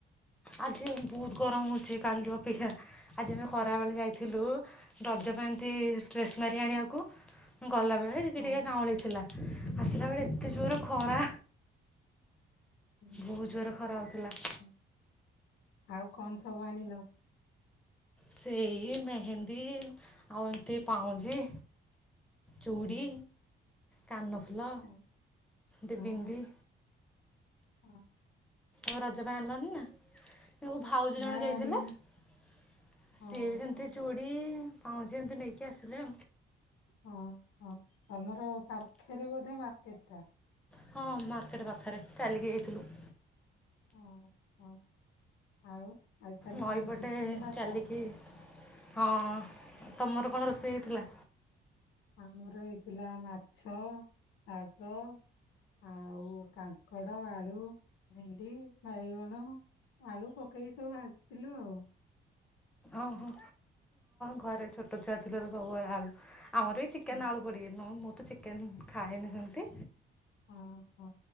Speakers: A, in the centre; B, on the left.
A: ଆଜି ବହୁତ ଗରମ ହେଉଛି କାଲିରୁ ଅପେକ୍ଷା ଆଜି ଆମେ କଖବେଳେ ଯାଇଥିଲୁ ରଜ ପାଇଁ ଏମିତି ଡ୍ରେସନାରୀ ଆଣିବାକୁ ଗଲାବେଳେ ଟିକେ
B: ହଁ
A: ଟିକେ ଗାଉଁଳି ଥିଲା। ଆସିଲବେଳେ ଏତେ ଜୋର ଖରା
B: ହୁଁ,
A: ବହୁତ ଜୋରେ ଖରା ହେଉଥିଲା।
B: ହୁଁ। ଆଉ କଣ ସବୁ ଆଣିଲ?
A: ସେଇ ମେହେନ୍ଦୀ ଆଉ ଏତି ପାଉଁଞ୍ଜି ଚୁଡ଼ି
B: ହୁଁ,
A: କାନଫୁଲ
B: ହଁ
A: ଦି
B: ହଁ
A: ବିନ୍ଦି
B: ହଁ।
A: ଆଉ ରଜ ପାଇଁ ଆଣିଲଣିି ନା ମୋ ଭାଉଜୀ
B: ନା
A: ଜଣ ଯାଇଥିଲେ
B: ଆମେ
A: ସିଏ
B: ହଁ
A: ବି ସେମିତି
B: ହଁ
A: ଚୁଡ଼ି ପାଉଁ ଯେମିତି ନେଇକି ଆସିଲେ
B: ହଁ ହ ଆମର ପାାର୍ଖରେ ବୋଧେ ମାର୍କେଟ ଟା
A: ହଁ ମାର୍କେଟ ବା ପାଖରେ ଚାଲିକିଯାଇଥିଲୁ।
B: ଓ ହୋ ଆଉ। ଆଜି ତାହେଲେ
A: ନଈପଟେ
B: ଖାଲି ଚିକେନ ଭାତ
A: ଚାଲିକି ହଁ। ତମର କଣ ରୋଷେଇ ହେଇଥିଲା।
B: ଆମର ହେଇଥିଲା ମାଛ ଶାଗ ଆଉ କାଙ୍କଡ଼ ଆଳୁ ଭେଣ୍ଡି ବାଇଗଣ ଆଳୁ ପକେଇ ସବୁ ଭାଜିଥିଲୁ ଆଉ।
A: ଓହୋ ଘରେ ଛୋଟ ଛୁଆ ଥିଲେ ସବୁବେଳେ ଆଳ ଆମର ବି ଚିକେନ
B: ହୁଁ।
A: ଆଳୁ ପଡ଼ିକି ତ ଚିକେନ ଖାଏନି ସେମିତି
B: ହଁ ହଁ